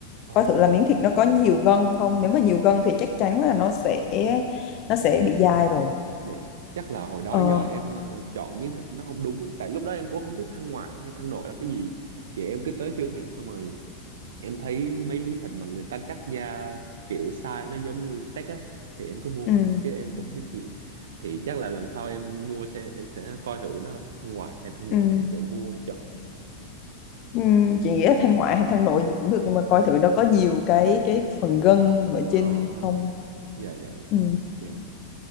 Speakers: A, on the right; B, on the left.
A: Ồ,
B: coi thử là miếng thịt nó có nhiều gân không nếu mà nhiều gân thì chắc chắn là nó sẽ nó sẽ bị dai rồi
A: vậy chắc là hồi đó
B: ờ
A: do em ờ, chọn miếng thịt nó không đúng á. tại lúc đó em cũng không biết thăn ngoại hay thăn nội là cái gì kiểu em cứ tới siêu thị xong rồi em thấy mấy miếng thịt mà người ta cắt ra kiểu size nó giống như steak á thì em cứ mua
B: ừm,
A: thôi chứ em cũng không biết gì thì chắc là lần sau em mua sẽ em sẽ coi thử nó thân ngoại hay thân nội
B: ừm,
A: để mua chọn
B: ừm,
A: ừ
B: chị nghĩ là thăn ngoại hay thăn nội gì cũng được nhưng mà coi thử nó có nhiều cái cái phần gân ở
A: à,
B: trên không
A: dạ dạ dạ
B: ừ.
A: ok